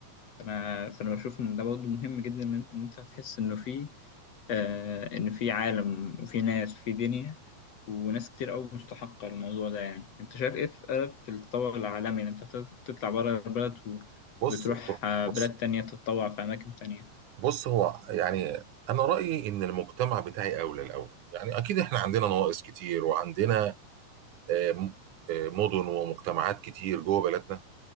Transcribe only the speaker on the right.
بص
بص
بص هو يعني انا رايي ان المجتمع بتاعي اولى الاول يعني اكيد احنا عندنا نواقص كتير وعندنا آه، م- آه، مدن ومجتمعات كتير جوه بلدنا